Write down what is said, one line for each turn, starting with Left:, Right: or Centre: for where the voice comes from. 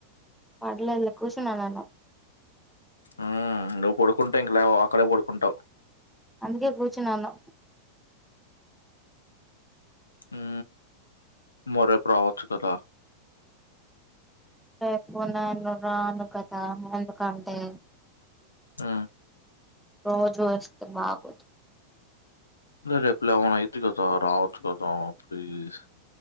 Centre: మాట్లాడ్లే కూసున్నా నేను
Left: ఉ నువ్వు పడుకుంటే ఇంక లేవవ్, అక్కడే పడుకుంటావ్.
Centre: అందుకే కూర్చున్నాను
Left: ఉ మరేప్ రావచ్చు కదా.
Centre: లేకున్నా ను రాను కదా ఎందుకంటే
Left: మ్
Centre: రోజు వస్తె బాగోదు.
Left: రే రేప్ లెవెన్ అయిది గదా రావచ్చు కదా ప్లీజ్